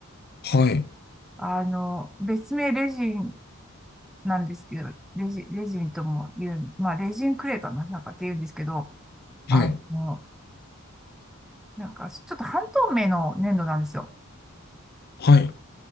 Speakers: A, on the left; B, in the centre.
A: はい、
B: あの、別名レジンなんですけど、レジ、レジンとも言う、まあ、レジンクレーかな、なんかって言うんですけど、
A: はい、
B: あの、なんか、ちょっと半透明の粘土なんですよ。
A: はい、